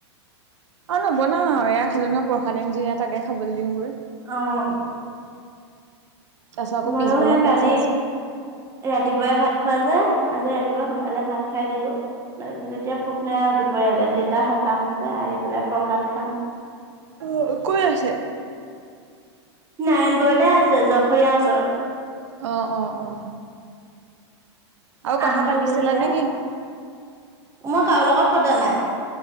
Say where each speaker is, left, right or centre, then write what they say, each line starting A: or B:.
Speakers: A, on the right; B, on the right.
A: অ', নবনাও আৰু, এয়া খালো নহয় প্ৰসাদ আন যে ইয়াত তাকে খাবলৈ দিমগৈ
B: অ',
A: তাৰপিছত আকৌ
B: ময়ো
A: পিছবেলা
B: হে
A: ক্লাছ
B: কালি
A: আছে
B: ৰাতিপুৱাই ভাত খোৱা যে, আজি ৰাতিপুৱা সোনকালে ভাত খাই দিলো তাৰপিছত এতিয়া ভোক নাই আৰু, দুপৰীয়ালৈ দেতা সকাম আছে আহি পেলাই প্ৰসাদ খাম
A: অ', কত আছে?
B: নাৰায়ণ পুৰতে আছে জখৰীয়াৰ ওচৰত।
A: অ', অ', অ'। আৰু কথা
B: আম খালোঁ
A: পাতিছিলা
B: এতিয়া,
A: নে কি
B: মই কাৰো লগত পতা নাই।